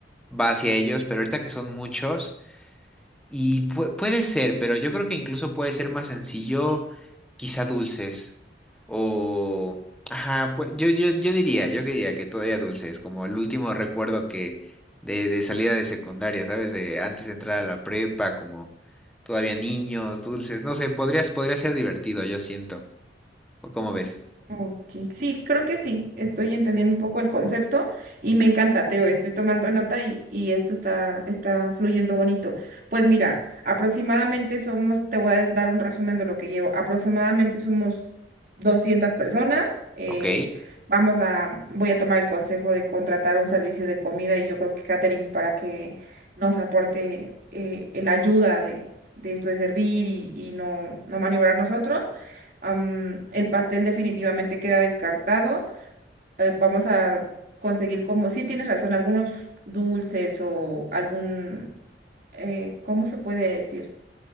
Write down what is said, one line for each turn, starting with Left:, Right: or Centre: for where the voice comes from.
Centre: va hacia ellos, pero ahorita que son muchos. Y pu- puede ser, pero yo creo que incluso puede ser más sencillo, quizá dulces. O, ajá, pues yo, yo, yo diría, yo que diría que todavía dulces, como el último recuerdo que de, de salida de secundaria, ¿sabes? De antes de entrar a la prepa, como todavía niños, dulces, no sé, podrías, podría ser divertido, yo siento. ¿O cómo ves?
Right: Ok, Sí, creo que sí, estoy entendiendo un poco el concepto y me encanta, Teo, estoy tomando nota y, y esto está, está fluyendo bonito. Pues mira, aproximadamente somos, te voy a dar un resumen de lo que llevo, aproximadamente somos 200 personas, eh,
Centre: Ok,
Right: vamos a, voy a tomar el consejo de contratar un servicio de comida y yo creo que catering para que nos aporte eh, la ayuda de, de esto de servir y, y no, no maniobrar nosotros. Am, el pastel definitivamente queda descartado. Eh, vamos a conseguir como, sí tienes razón, algunos dulces o algún, eh, ¿cómo se puede decir?